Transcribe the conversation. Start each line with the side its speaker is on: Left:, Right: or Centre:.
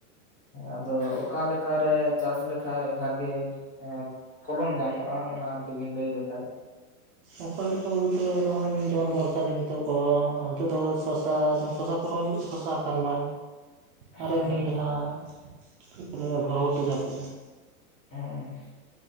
Left: ᱟᱫᱚ ᱚᱠᱟᱞᱮᱠᱟ ᱨᱮ ᱪᱟᱥ ᱞᱮᱠᱷᱟᱡ ᱵᱷᱟᱜᱤ ᱮᱸ ᱯᱷᱚᱞᱚᱱ ᱧᱟᱢᱚᱜ-ᱟ ᱚᱱᱟ ᱠᱟᱹᱴᱤᱡ ᱵᱤᱱ ᱞᱟᱹᱭ ᱞᱮᱠᱷᱟᱡ?
Right: ᱚᱠᱟ ᱞᱮᱠᱟ ᱵᱚᱞᱛᱮ ᱱᱚᱜ-ᱚᱭ ᱡᱮᱢᱚᱱ ᱵᱚᱨᱥᱟ ᱫᱤᱱ ᱱᱤᱛᱚᱜ ᱠᱚ ᱚᱱᱛᱮ ᱫᱚ ᱥᱚᱥᱟ <unintelligible> <unintelligible> ᱥᱚᱥᱟ ᱠᱟᱞᱞᱟ
Left: <unintelligible>
Right: ᱟᱨ
Left: ᱦᱮᱸ
Right: ᱮᱢᱱᱤ ᱡᱟᱦᱟᱸ ᱪᱮᱫ ᱠᱚ ᱞᱟᱹᱭᱟ ᱵᱷᱚᱵᱷᱩᱨᱚᱴᱤ ᱡᱟᱦᱟᱸ ᱠᱚ ᱞᱟᱹᱭᱟ᱾
Left: <unintelligible>